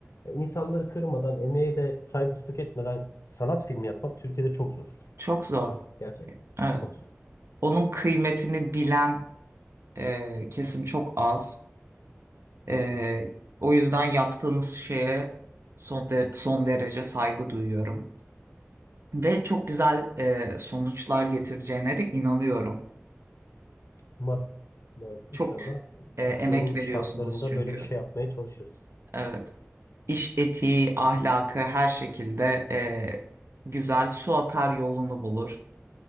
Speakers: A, on the left; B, on the right.
A: E, İnsanları kırmadan, emeğe de saygısızlık etmeden sanat filmi yapmak Türkiye'de çok zor.
B: çok zor.
A: Gerçekten.
B: Evet.
A: Çok zor.
B: Onun kıymetini bilen e, kesim çok az. E,
A: Hı hı.
B: o yüzden yaptığınız şeye son, de- son derece saygı duyuyorum. Ve çok güzel e, sonuçlar getireceğine de inanıyorum.
A: Umarım, umarım
B: Çok
A: inşallah
B: e,
A: Türkiye'nin
B: emek veriyorsunuz
A: şartlarında
B: çünkü.
A: böyle bir şey yapmaya çalışırız.
B: Evet. İş etiği, ahlakı her şekilde
A: Hı
B: e,
A: hı.
B: güzel su akar yolunu bulur.